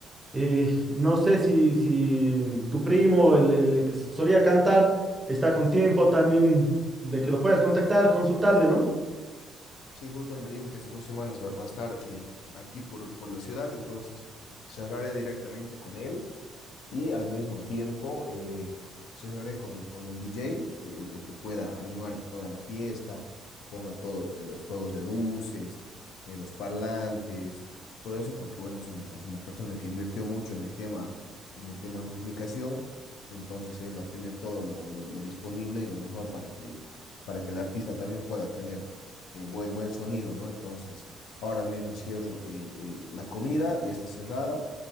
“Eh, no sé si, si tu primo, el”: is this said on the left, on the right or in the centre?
Centre